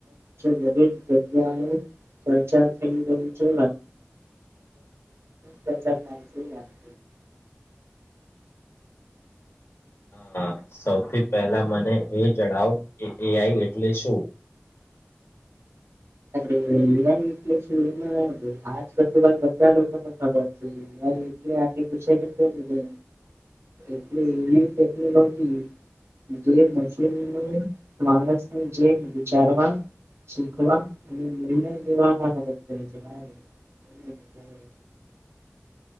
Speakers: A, on the right (about 80°); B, on the left (about 60°).
A: બ દરેક જગ્યાએ પ્રચાર થઈ ગયો છે. પ્રચાર છે.
B: હ સૌથી પહેલા મને એ જણાવ, કે એ. આઈ. એટલે શું?
A: અરે, એ. આઈ. એટલે શું, એમાં આજકાલ તો કઈ બધા લોકોને ખબર છે. એટલે આગળ-પાછળ. એટલે એવી ટેકનોલોજી. જે મુસ્લિમને માણસની જેમ વિચારવા. શીખવા અને નિર્ણય લેવાવામાં મદદ કરી જાય.